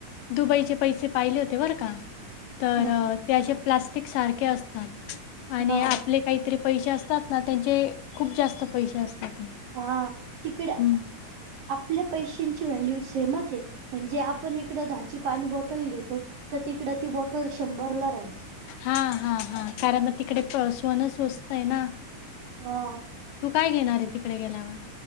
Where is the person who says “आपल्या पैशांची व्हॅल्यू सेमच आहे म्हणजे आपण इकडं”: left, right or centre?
Right